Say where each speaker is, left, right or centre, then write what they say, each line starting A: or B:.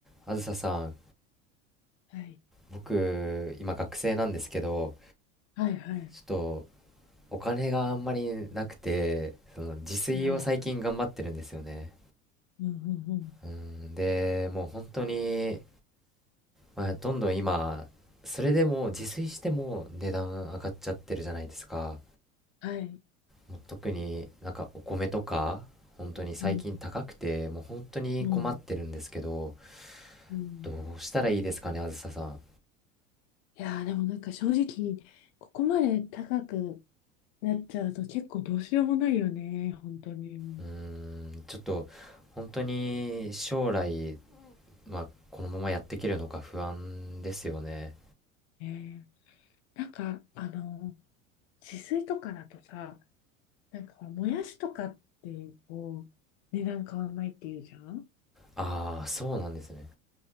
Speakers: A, in the centre; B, on the left (about 55°).
A: あずささん、
B: はい。
A: 僕、今学生なんですけど、
B: はいはい。
A: ちょっとお金があんまりなくて、その自炊を最近頑張ってるんですよね。
B: ああ、うんうんうん。
A: うん、で、もう本当に、まあ、どんどん今、それでも自炊しても値段上がっちゃってるじゃないですか。
B: はい。
A: もう特になんかお米とか、本当に最近高くて、
B: うん
A: もう本当に困ってるんですけど、
B: うんうん。
A: どうしたらいいですかね、あずささん。
B: いやーでもなんか正直、ここまで高くなっちゃうと結構どうしようもないよね。本当に。うん
A: うーん、ちょっと本当に将来まあ、このままやっていけるのか不安ですよね。
B: ねえなんか、あの、自炊とかだとさ、なんかほらもやしとかってこう、値段変わんないっていうじゃん
A: ああ、そうなんですね。